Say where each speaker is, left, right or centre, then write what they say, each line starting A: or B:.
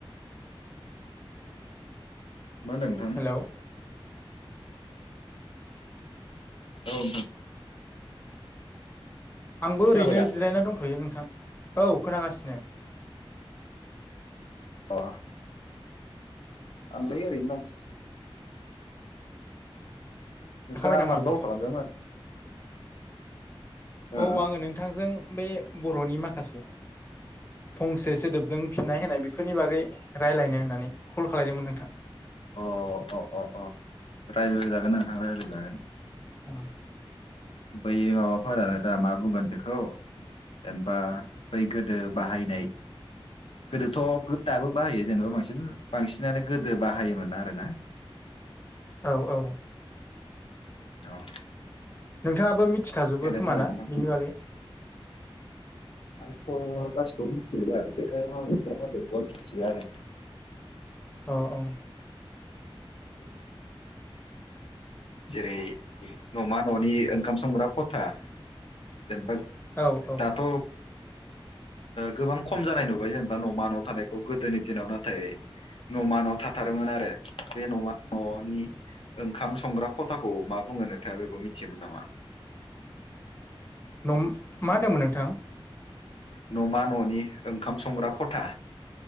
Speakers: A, on the left; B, on the left.
A: मा नोंथां
B: हेलौ
A: औन
B: आंबो
A: खोनाबाय
B: ओरैनो
A: दा
B: जिरायना दंथ'यो नोंथां औ खोनागासिनो
A: अ आंलै ओरैनो दं
B: जाखांबाय
A: नोंथाङा
B: नामा
A: मानबाव
B: नोंथां
A: खालामदोंमोन हो
B: औ आङो नोंथांजों बे बर'नि माखासे फंसे सोदोबजों फिननाय होनाय बेफोरनि बागै रायज्लायनो होननानै कल खालायदोंमोन नोंथां
A: अ अ अ अ रायज्लायजागोन नोंां रायज्लायजागोन
B: औ
A: बै माबाफोरानो दा मा बुंगोन बेखौ जेनेबा बै गोदो बाहायनाय गोदोथ' दाबो बाहायो जेनेबा बांसिन बांसिनानो गोदो बाहायोमोन न आरोना।
B: औ औ।
A: औ।
B: नोंथाङाबो मिथिखाजोबो
A: देलाय
B: खोमा
A: बुंलाय
B: ना
A: नोंथां
B: बिनि बागै?
A: आंथ' गासिखौबो मिथिजोबबाय बे आ <unintelligible> मिथियो आरो
B: अ औ।
A: <unintelligible> जेरै न'मा न'नि ओंखाम संग्रा खथा जेनेबा
B: औ औ
A: दाथ' गोबां खम जानाय नुबाय जेनेबा न'मा न' थानायखौ गोदोनि दिनाव नाथाय न'मा न' थाथारोमोन आरो बे न'मा न'नि ओंखाम संग्रा खथाखौ मा बुङो नोथाया बेखौ मिथियोमोन नामा?
B: मा होनदोंमोन नोंथां?
A: न'मा न'नि ओंखाम संग्रा खथा